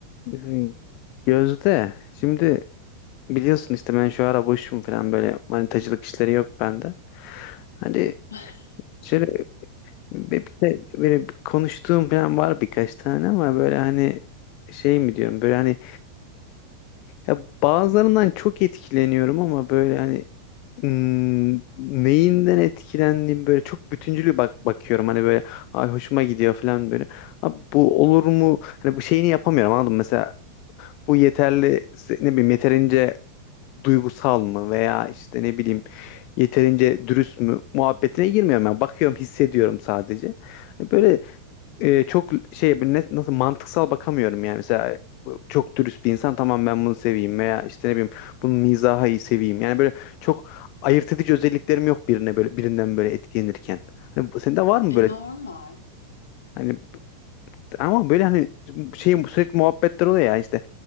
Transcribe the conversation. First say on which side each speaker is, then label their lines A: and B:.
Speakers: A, on the left (about 45°); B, on the left (about 65°).
A: Hmm, Gözde şimdi biliyorsun işte ben şu ara boşum falan böyle manitacılık işleri yok bende. Hani
B: <laughs>
A: şöyle bir, bir- böyle bir konuştuğum falan var birkaç tane ama böyle hani şey mi diyorum böyle hani ya bazılarından çok etkileniyorum ama böyle hani hmm, neyinden etkilendiğim böyle çok bütüncül bak bakıyorum hani böyle ay hoşuma gidiyor falan böyle. Abi bu olur mu? Hani bu şeyini yapamıyorum anladın mı? Mesela bu yeterli ne bileyim yeterince duygusal mı veya işte ne bileyim yeterince dürüst mü muhabbetine girmiyorum yani Bakıyorum, hissediyorum sadece. Hani Böyle e, çok şey böyle ne- nasıl mantıksal bakamıyorum yani. Mesela e, bu çok dürüst bir insan tamam ben bunu seveyim veya işte ne bileyim bunun mizahı iyi seveyim. Yani böyle çok ayırt edici özelliklerim yok birine böyle birinden böyle etkilenirken. Hani bu- sende var mı
B: E,
A: böyle
B: normal.
A: hani ama böyle hani şey sürekli muhabbetler oluyor ya işte